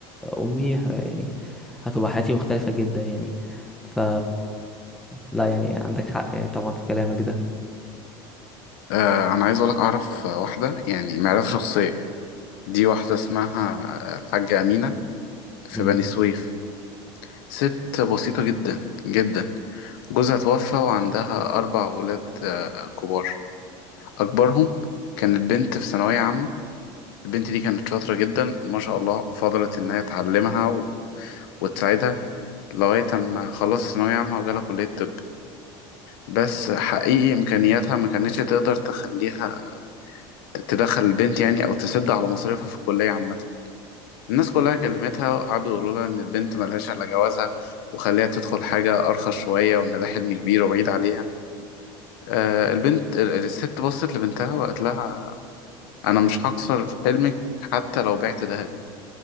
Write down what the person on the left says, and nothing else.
اه انا عايز اقولك اعرف واحدة يعني معرفة شخصية دي واحدة اسمها الحاجة أمينة في
بني سويف ست بسيطة جدا جدا جوزها توفى وعندها أربع ولاد آه، كبار أكبرهم كانت بنت في ثانوية عامة البنت دي كانت شاطرة جدا ما شاء الله فضلت إن هي تعلمها و... وتساعدها لغاية أما خلصت ثانوية عامة وجالها كلية طب بس حقيقي إمكانياتها ما كانتش تقدر تخليها ت- تدخل البنت يعني أو تسد على مصاريفها في الكلية عامة الناس كلها كلمتها وقعدوا يقولوا لها إن البنت ملهاش إلا جوازها وخليها تدخل حاجة أرخص شوية وإن ده حلم كبير وبعيد عليها آه، البنت ال- الست بصت لبنتها وقالت لها انا مش هكسر حلمك حتى لو بعت ذهبي